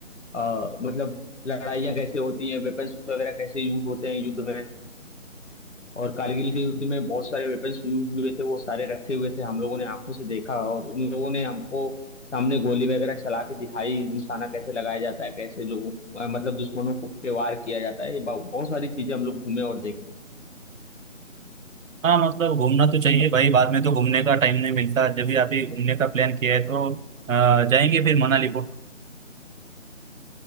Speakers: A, on the left; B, on the right.
A: अ, मतलब लड़ाइयाँ कैसे होती हैं वेपन्स वगैरह कैसे यूज होते हैं युद्ध में और कारगिल के युद्ध में बहुत सारे वेपन्स यूज हुए थे वो सारे रखे हुए थे हम लोगों ने आंखों से देखा और उन लोगों ने हमको सामने गोली वगैरह चला के दिखाई निशाना कैसे लगाया जाता है कैसे लोगों अ, मतलब दुश्मनों को पे वार किया जाता है ये बहु- बहुत सारी चीजें हम लोग घूमे और देखे
B: हाँ मतलब घूमना तो चाहिए भाई बाद में तो घूमने का टाइम नहीं मिलता जब भी आप ये घूमने का प्लान किया है तो अ, जाएंगे फिर मनाली को